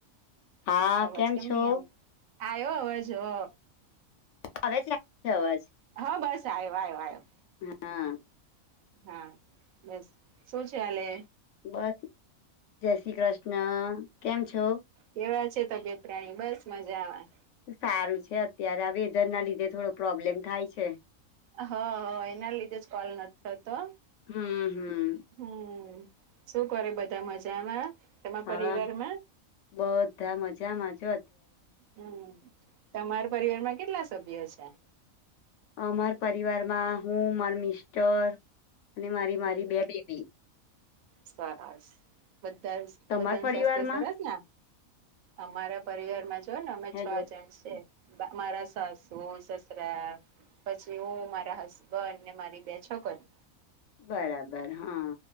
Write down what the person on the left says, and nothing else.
હા
કેમ છો?
હવે જ રાખ છે અવાજ.
હા.
બસ જય શ્રી કૃષ્ણ કેમ છો?
સારું છે અત્યારે આ વેધર ના લીધે થોડો પ્રોબ્લેમ થાય છે.
હમ હમ
હા
બધા મજામાંજો
અ મારા પરિવારમાં હું માર મિસ્ટર, અને મારી
મારી બે બેબી.
તમાર
પરિવારમાં
હેલો
બરાબર હા